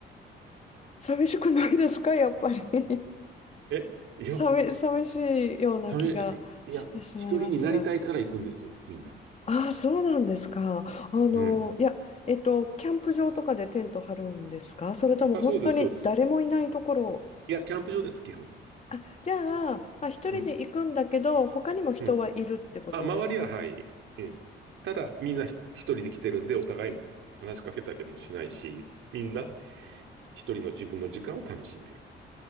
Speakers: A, on the left; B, on the right.
A: 寂しくないですかやっぱり。
B: えいや、
A: 寂、寂しいような気がしてしまいますが。
B: サメ、いや、一人になりたいから行くんですよ、みんな。
A: ああ、そうなんですか。あの、
B: うん。
A: いや、えっと、キャンプ場とかでテント張るんですかそれとも本当に誰もいないところ。
B: あ、そうです、そうです。いや、キャンプ場です、基本。
A: あ、じゃあ、まあ、一人で行くんだけど、
B: うん。
A: 他にも人はいるってことですか
B: うん。あ、周りは、はい。うん。ただ、みんなひ一人で来てるんで、お互いに話しかけたりもしないし、みんな一人の自分の時間を楽しんでる。